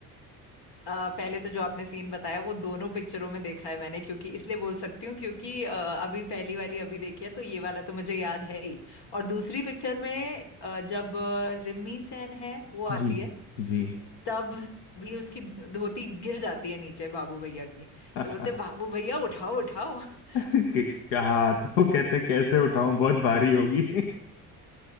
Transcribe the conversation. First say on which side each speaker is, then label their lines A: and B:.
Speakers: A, on the left; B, on the left.
A: अ, पहले तो जो आपने सीन बताया वो दोनों पिक्चरों में देखा है मैंने क्योंकि इसलिए बोल सकती हूँ क्योंकि अ, अभी पहली वाली अभी देखी है तो ये वाला तो मुझे याद है ही और दूसरी पिक्चर में अ, जब अ, रिमी सेन है वो
B: जी
A: आती है
B: जी
A: तब भी उसकी धोती गिर जाती है नीचे बाबू भैया की
B: <laughs>
A: तो बोलते हैं, बाबू भैया उठाओ उठाओ <laughs>
B: कि- कहा तो कहते कैसे
A: तो
B: उठाऊं बहुत भारी होगी